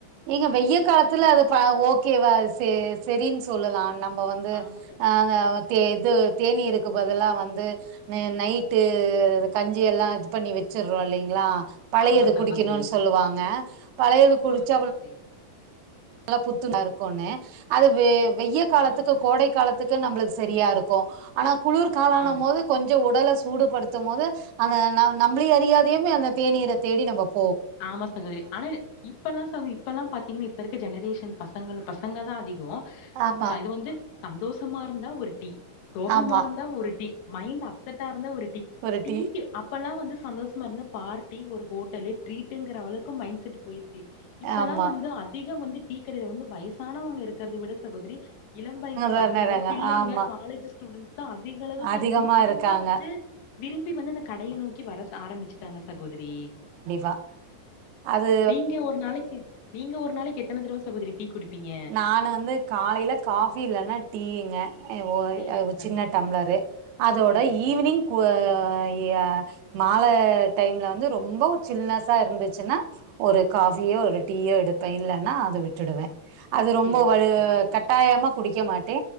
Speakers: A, on the right; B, on the left.
A: நீங்க வெய்ய காலத்துல அது ப்ப ஓகேவா செ செரிங்ஸ் சொல்லலான்ன நம்ம வந்து
B: ஆமா
A: ஹங்க தே இது தேனீருக்கு பதல்லா வந்து நே நைட்டு கஞ்சி எல்லாம் இது பண்ணி வச்சடுறோம் இல்லைங்களா பழையது
B: ஆமா சகோதரி
A: குடிக்கணும்னு சொல்லுவாங்க பழையது குடிச்
B: சக் கத்தி
A: நல்லா புத்துான இருக்குன்னே அதுவே வெய்ய காலத்துக்கு
B: ஆமா சகோதரி
A: கோடை காலத்துக்கு நம்ளுக்கு சரியா இருக்கு ஆனத் குளிர்காலனும்
B: ஆம்
A: போது கொஞ்ச உடலைச் சூடுபடுத்தும்மோது அந்த ந நம்பிளே அறியாதயுமே அந்த தேநீரைத் தேடி நம்மப்
B: ஆமா சகோதரி ஆனா இப்பெல்லாம் சமி இப்பெல்லாம் பாத்தீங்கன்னா இப்ப இருக் க்குஜெனரேஷன் பசங்கள்லு பசங்க தான் அதிகம்
A: ஆமா
B: ச்ச அது வந்து சந்தோஷமா இருந்தா ஒரு டீ சோகமா
A: ஆமா
B: இருந்தா ஒரு டீ மைண்ட் அப்செடா இருந்தா ஒரு டீ
A: ஒரு
B: டீக்கு
A: டீ
B: அப்பெல்லாம் வந்து சந்தோஷமா இருந்த பார்ட்டி ஒரு ஹோட்டல்லு டிரிட்டுங்கிற அளவுக்கு மைண்ட செட் போயிருக் ச்சி இப்பல்லாம்
A: ஆமா
B: வந்து அதிகம் வந்து டீக்க கடையில வந்து வயசானவங்க இருக்கறத விட சகோதிரி இளம் வயசு
A: தானறாங்க
B: பசங்க பிள்ளைங்க
A: ஆமா
B: காலேஜ்ஸ் ஸ்டூடண்ட்ஸ் தா அதிக அளவுக்கு
A: அதிகமா
B: அத வந்து விரும்பி
A: இருக்காங்க
B: வந்து விரும்பி வந்து அந்த கடைய நோக்கி வர ஆரம்பிச்சு டாங்க சகோதரி
A: பா அது
B: நீங்க ஒரு நாளைக்கு நீங்க ஒரு நாளைக் எத்தன தடவ சகோதரி டீ குடிப்பீங்க
A: நான் வந்து காலைல காஃபி இல்லைன்னா டீங்க ஹ ஓ ய
B: சேரிங்க சகோதரி
A: சின்ன டம்ளரு அதோட
B: சேரி சேரிங்க
A: ஈவினிங் குவா யா மால டைம்ல வந்து ரொம்ப சில்னஸா இருந்துச்சுன்னா ஒரு காஃபியோ ஒரு டீயோ எடுப்பே இல்லனா அத விட்டுடுவே அது ரொம்ப
B: சேரிங்க
A: வலு
B: சகோதரி
A: கட்டாயமா குடிக் வக்க மாட்டே